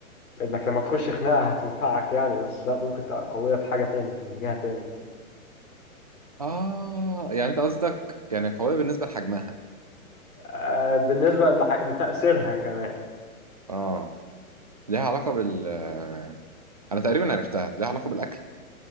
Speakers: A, on the left (about 75°); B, on the right (about 25°).
A: انك لما تخش خناقة هتنفعك يعني بس لا ممكن تبقى قوية في حاجة تاني من جهة تاني
B: اه يعني انت قصدك يعني قويه بالنسبه لحجمها
A: آه بالنسبة لح- لتأثيرها كمان
B: اه ليها علاقه بال آه، انا تقريبا عرفتها ليها علاقه بالاكل